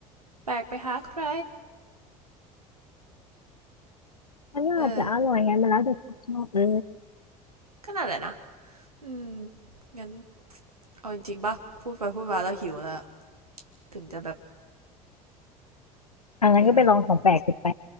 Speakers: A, on the right; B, on the left.
A: แปลกไปหาใคร
B: มันก็อาจจะอร่อยไงมันแล้วแต่ความชอบเออ
A: เออก็น่าแหละนะอืมงั้นเอาจริงๆปะพูดไปพูดมาแล้วหิวแล้ว ถึงจะแบบ
B: อันนั้นก็ไปลองของแปลกสิไป
A: ยังไงอะ